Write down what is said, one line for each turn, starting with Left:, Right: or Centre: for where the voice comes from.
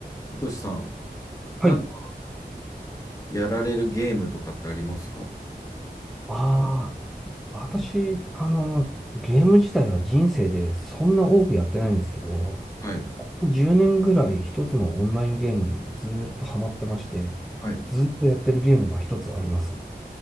Left: さとしさん、
Centre: はい。
Left: なんかやられるゲームとかってありますか
Centre: ああ、私、あの、ゲーム自体は人生でそんな多くやってないんですけど、
Left: はい。
Centre: ここ10年ぐらい一つのオンラインゲームにずーっとハマってまして、
Left: はい。
Centre: ずーっとやってるゲームが一つあります。